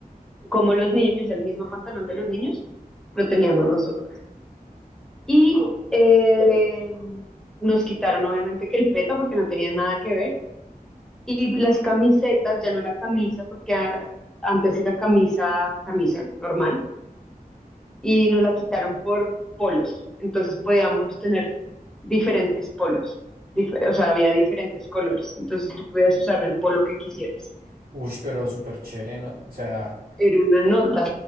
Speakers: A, in the centre; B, on the right (about 80°).
A: como los niños, el mismo pantalón de los niños, lo teníamos nosotras. Y eh, nos quitaron obviamente que el peto porque no tenía nada que ver. Y las camisetas, ya no era camisa, porque ah, antes era camisa, camisa normal, y nos la quitaron por polos. Entonces podíamos tener diferentes polos, dif- o sea, había diferentes colores. Entonces tú podías usar el polo que quisieras.
B: Uy, pero súper chévere, ¿no? O sea,
A: Era una nota.